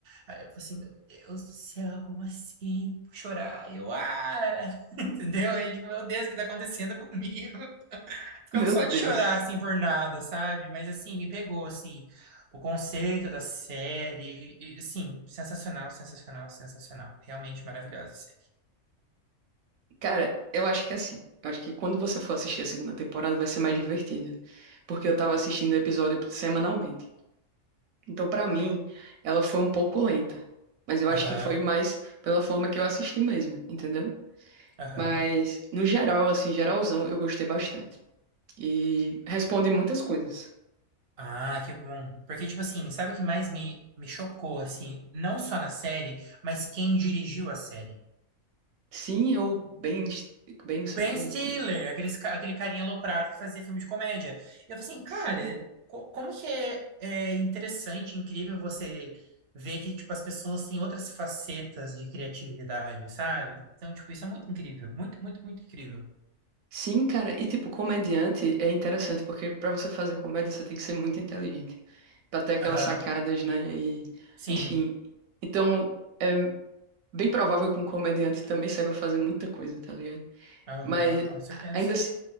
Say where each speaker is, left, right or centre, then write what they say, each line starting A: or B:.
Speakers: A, on the right; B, on the right.
A: Aí eu falei assim, meu Deus do céu, como assim? Vou chorar. E eu, ah, <laughs> entendeu? Aí, tipo, meu Deus, o que tá acontecendo comigo? <laughs> Ficando
B: Meu
A: só
B: Deus.
A: de chorar assim por nada, sabe? Mas assim, me pegou assim o conceito da série, e, e, assim, sensacional, sensacional, sensacional. Realmente maravilhosa a série.
B: Cara, eu acho que é assim. Eu acho que quando você for assistir a segunda temporada vai ser mais divertida. Porque eu tava assistindo o episódio semanalmente. Então, pra mim, ela foi um pouco lenta. Mas eu
A: Aham,
B: acho que foi mais pela forma que eu assisti mesmo, entendeu?
A: aham.
B: Mas, no geral, assim, geralzão, eu gostei bastante. E responde muitas coisas.
A: Ah, que bom. Porque, tipo assim, sabe o que mais me, me chocou, assim? Não só na série, mas quem dirigiu a série.
B: Sim, eu bem. Bem, não sei
A: Ben
B: o quê.
A: Stiller,
B: como é?
A: aqueles, ca- aquele carinha aloprado que fazia filme de comédia. Eu falei assim, cara,
B: Sim.
A: co- como que é, é interessante, incrível você ver que, tipo, as pessoas têm outras facetas de criatividade, sabe? Então, tipo, isso é muito incrível. Muito, muito, muito incrível.
B: Sim, cara. E tipo, comediante é interessante porque pra você fazer comédia você tem que ser muito inteligente, Pra ter aquelas
A: Aham,
B: sacadas, né? E
A: sim.
B: enfim. Então, é bem provável que um comediante também saiba fazer muita coisa, tá ligado?
A: Aham,
B: Mas
A: com certeza.
B: a- ainda assim,